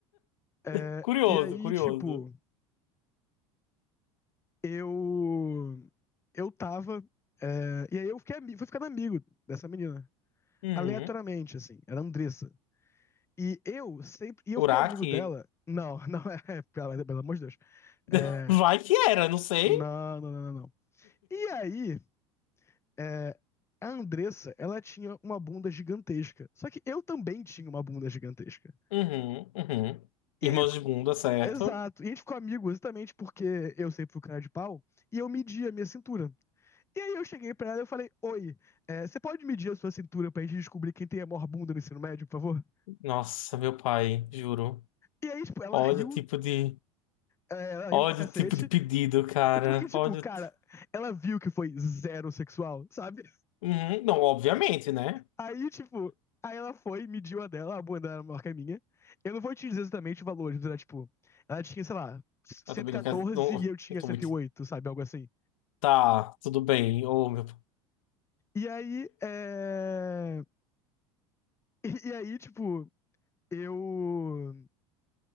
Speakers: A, on the left; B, on the left.
A: É,
B: <laughs> Curioso,
A: e aí,
B: curioso.
A: tipo. Eu. Eu tava. é, e aí eu fiquei, ami- fui ficando amigo dessa menina.
B: Uhum.
A: Aleatoriamente, assim. Era a Andressa. E eu sempre. E eu
B: Uraki.
A: fiquei amigo dela. Não, <laughs> não é. Pelo, pelo amor de Deus.
B: <laughs>
A: É,
B: Vai que era, não sei.
A: não, não, não, não, não. E aí. é, a Andressa, ela tinha uma bunda gigantesca. Só que eu também tinha uma bunda gigantesca.
B: Uhum, uhum. Irmãos
A: E aí.
B: de bunda, certo?
A: Exato. E a gente ficou amigo exatamente porque eu sempre fui o cara de pau. E eu media a minha cintura. E aí eu cheguei pra ela e eu falei, oi, é, você pode medir a sua cintura pra gente descobrir quem tem a maior bunda no ensino médio, por favor?
B: Nossa, meu pai, juro.
A: E aí, tipo, ela
B: Olha
A: riu,
B: o tipo de.
A: é, ela
B: Olha
A: riu pra cacete,
B: o tipo de pedido, cara.
A: porque, tipo,
B: Olha
A: cara,
B: o tipo.
A: ela viu que foi zero sexual, sabe?
B: Uhum. Não, obviamente, né?
A: Aí, tipo, aí ela foi, mediu a dela, a bunda era maior que a minha. Eu não vou te dizer exatamente o valor, mas era, tipo, ela tinha, sei lá, cento
B: Eu também
A: e quatorze
B: não quero. Não,
A: e eu tinha
B: não tô
A: cento
B: muito.
A: e oito sabe? Algo assim.
B: Tá, tudo bem. Oh, meu...
A: E aí, é... E, e aí, tipo, eu...